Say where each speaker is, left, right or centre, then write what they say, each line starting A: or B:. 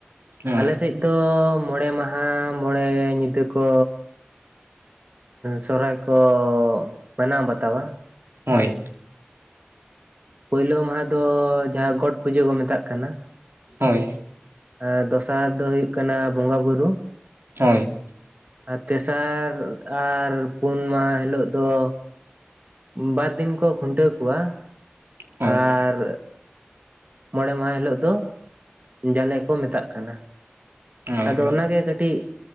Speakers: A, on the right; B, on the right.
A: ᱦᱮᱸ
B: ᱟᱞᱮ ᱥᱮᱫ ᱫᱚ ᱢᱚᱬᱮ ᱢᱟᱦᱟ ᱢᱚᱬᱮ ᱧᱤᱫᱟᱹ ᱠᱚ ᱥᱚᱨᱦᱟᱭ ᱠᱚ ᱢᱟᱱᱟᱣ ᱵᱟᱛᱟᱣᱟ᱾
A: ᱦᱳᱭ
B: ᱯᱳᱭᱞᱳ ᱢᱟᱦᱟ ᱫᱚ ᱡᱟᱦᱟᱸ ᱜᱚᱴ ᱯᱩᱡᱟᱹ ᱠᱚ ᱢᱮᱛᱟᱜ ᱠᱟᱱᱟ
A: ᱦᱳᱭ
B: ᱟᱨ ᱫᱚᱥᱟᱨ ᱫᱚ ᱦᱳᱭᱳᱜ ᱠᱟᱱᱟ ᱵᱚᱸᱜᱟ ᱵᱩᱨᱩ
A: ᱦᱳᱭ
B: ᱟᱨ ᱛᱮᱥᱟᱨ ᱟᱨ ᱯᱩᱱ ᱢᱟᱦᱟ ᱦᱤᱞᱳᱜ ᱫᱚ ᱵᱟᱨ ᱫᱤᱱ ᱠᱚ ᱠᱷᱩᱱᱴᱟᱹᱣ ᱠᱚᱣᱟ
A: ᱦᱳᱭ
B: ᱟᱨ ᱢᱚᱬᱮ ᱢᱟᱦᱟ ᱦᱤᱞᱳᱜ ᱫᱚ ᱡᱟᱞᱮ ᱠᱚ ᱢᱮᱛᱟᱜ ᱠᱟᱱᱟ
A: ᱦᱳᱭ
B: ᱟᱫᱚ
A: ᱦᱳᱭ
B: ᱚᱱᱟᱜᱮ ᱠᱟᱹᱴᱤᱡ